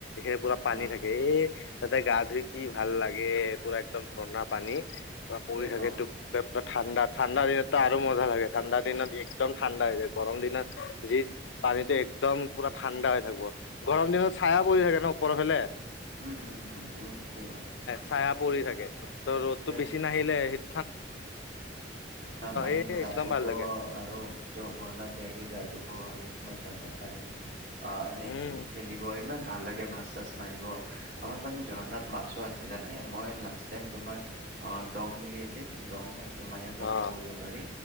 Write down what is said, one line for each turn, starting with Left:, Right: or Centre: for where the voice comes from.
Left: হে পুৰা পানী
Right: অ
Left: থাকে। এ তাতে গা ধুই কি ভাল লাগে পুৰা একদম ঝৰ্ণা পানী। পুৰা পৰি
Right: এ
Left: থাকে
Right: ন
Left: ঠাণ্ডা, ঠাণ্ডা দিনতো আৰু মজা লাগে ঠাণ্ডা দিনত একদম ঠাণ্ডা হৈ যায়, গৰম দিনত যি পানীতো একদম পুৰা ঠাণ্ডা হৈ থাকিব, গৰম দিনত চায়া পৰি থাকে ন ওপৰৰ ফালে।
Right: উম উম উম, তুমি ঠিকেই কলা।
Left: চায়া পৰি থাকে তো ৰ'দটো
Right: এ
Left: বেছি নাহিলে সেই
Right: ঠাণ্ডা পানীত
Left: এ
Right: গা
Left: একদম
Right: ধুব
Left: ভাল লাগে
Right: আৰু জগনত যাইকে গা ধুব আৰু তোমাৰ ঝৰ্ণা পানী অ এনে
Left: উম
Right: খেলিব ইমান ভাল লাগে। এনেকে মাছ চাছ মাৰিব আমাৰ পিনে ঝৰ্ণাত মাছো আছে জানে মই লাষ্ট টাইম তোমাৰ অ দং বুলি আছে দং সেইটো মানে বন্ধ
Left: অ
Right: কৰিব পাৰি